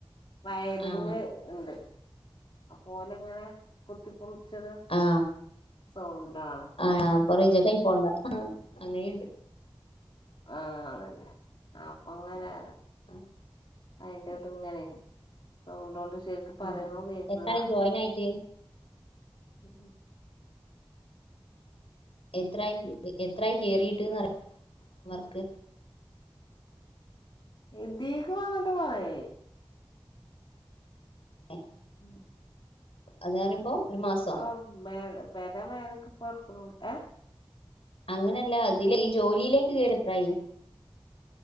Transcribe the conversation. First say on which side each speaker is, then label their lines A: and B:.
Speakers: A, on the left; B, on the left.
A: വയറിങ്ങേ
B: ആ
A: ഉണ്ട് അപ്പോലിങ്ങനെ കുത്തി പുളിച്ചണെ
B: ആ
A: സൗണ്ടാണ്
B: ആ അപ്പൊ റിജക്ട് ആയി പോണ്ട അങ്ങനെയുണ്ട്
A: ആ അതല്ലെ അപ്പൊങ്ങനെ
B: ആ
A: അയിന്റാത്തിങ്ങനെ സൗണ്ടൊണ്ട് ശരിക്കും പറയണോ
B: ഉം.
A: കേക്കൂള്ള
B: എത്രായി ജോയിൻ ആയിട്ട്
A: ഉം
B: എത്രായി എത്രായി കേറീട്ടെന്ന റിയോ വർക്ക്
A: എന്തേക്കെ വന്നിട്ട്. പറെ
B: ഏ
A: ഉം ഉം
B: അത് പറയുമ്പോ ഒരു മാസോ
A: ആ പെര മേലക്ക് പ്പോ ഇടക്ക്ണൊള്ളൂ ഏ
B: അങ്ങനല്ല അതിലെ ഈ ജോലിയിലേക്ക് കേറി എത്രായി